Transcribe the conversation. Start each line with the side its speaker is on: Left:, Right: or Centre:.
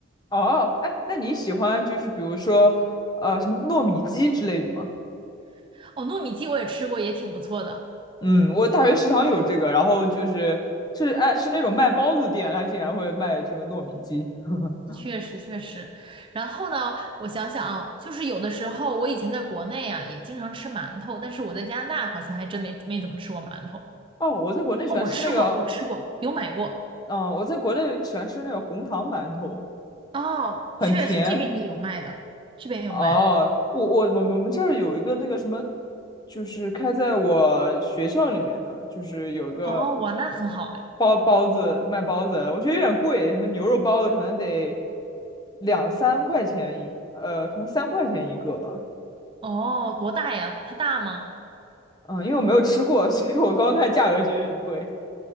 Left: 哦，哎，那你喜欢就是比如说呃什么糯米鸡之类的吗？
Right: <laughs> 哦，糯米鸡我也吃过，也挺不错的，
Left: 嗯，我大学食堂有这个，然后就是是哎是那种卖包子店，它竟然会卖这个糯米鸡。<laughs>
Right: 确实确实。然后呢，我想想啊，就是有的时候我以前在国内啊也经常吃馒头，但是我在加拿大好像还真没没怎么吃过馒头。
Left: 哦，我在国内喜欢吃那个，
Right: 哦，我吃过，我吃过，有买过。
Left: 嗯、我在国内喜欢吃那个红糖馒头，
Right: 哦，
Left: 很甜。
Right: 确实这边也有卖的，这边也有卖的。
Left: 哦，我我我们我们这儿有一个那个什么，就是开在我学校里面的，就是有一个
Right: 哦，哇，那很好哎。
Left: 包包子卖包子，我觉得有点贵，什么牛肉包子可能得两三块钱一，呃，可能三块钱一个吧。
Right: 哦，多大呀？它大吗？
Left: 嗯，因为我没有吃过，<laughs> 所以我刚看价格觉得有点贵。